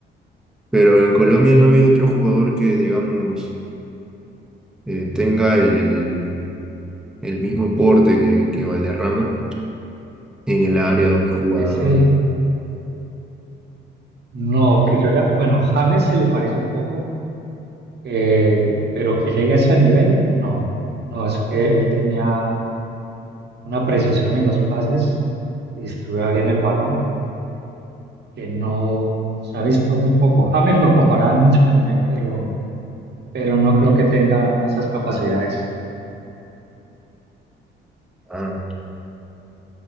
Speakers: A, in the centre; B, on the right (about 60°).
A: pero en Colombia no ha habido otro jugador que, digamos, eh, tenga el, el, el mismo porte que, que Valderrama en el área donde jugaba.
B: Ese, no, que yo haya- bueno, James se le parece un poco, eh, pero que llegue a ese nivel, no. No, es que él tenía una precisión en los pases, y distribuía bien el balón, que no se ha visto muy poco. James lo comparaban mucho con él, pero, pero no creo que tenga esas capacidades.
A: Ah,